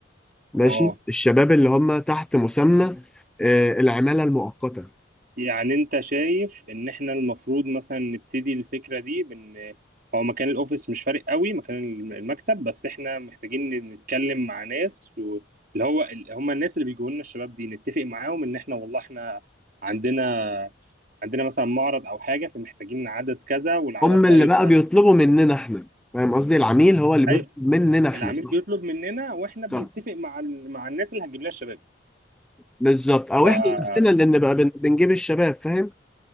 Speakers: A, in the centre; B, on the right.
A: ماشي
B: اه
A: الشباب اللي هم تحت مسمى آه، العمالة المؤقتة
B: يعني انت شايف ان احنا المفروض مثلا نبتدي الفكرة دي بان هو مكان الاوفيس مش فارق قوي مكان الم- المكتب بس احنا محتاجين نتكلم مع ناس و- اللي هو ال- هم الناس اللي بيجوا لنا الشباب دي نتفق معاهم ان احنا والله احنا عندنا عندنا مثلا معرض او حاجة فمحتاجين عدد كذا والعدد
A: هم
B: ده
A: اللي
B: يبقى
A: بقى بيطلبوا مننا احنا فاهم قصدي العميل هو اللي
B: ايوه
A: بيطلب مننا احنا
B: العميل
A: صح
B: بيطلب مننا واحنا بنتفق
A: صح
B: مع ال- مع الناس اللي هتجيب لنا الشباب
A: بالظبط او
B: ف
A: احنا نفسنا اللي بنبقى بن- بنجيب الشباب فاهم